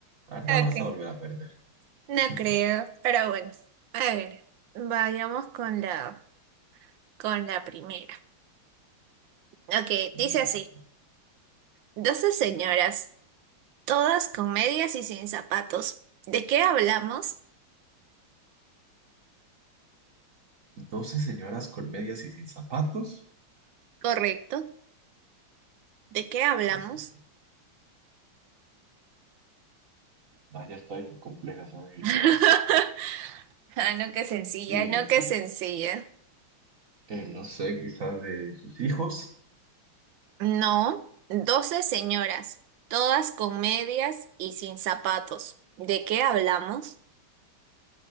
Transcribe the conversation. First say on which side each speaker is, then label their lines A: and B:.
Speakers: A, on the right (about 45°); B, on the right (about 70°).
A: Ahorita
B: Ok,
A: vas a volver a perder.
B: no
A: <laughs>
B: creo, pero bueno. A ver, vayamos con la, con la primera. Ok,
A: Dale.
B: dice así. Doce señoras, todas con medias y sin zapatos. ¿De qué hablamos?
A: 12 señoras con medias y sin zapatos.
B: Correcto. ¿De qué hablamos?
A: 12 señoras. Ah, ya estoy complejas adivinas.
B: <laughs> Ah, no, qué sencilla,
A: Eh,
B: no, qué sencilla.
A: eh, no sé, quizás de sus hijos.
B: No, doce señoras, todas con medias y sin zapatos. ¿De qué hablamos?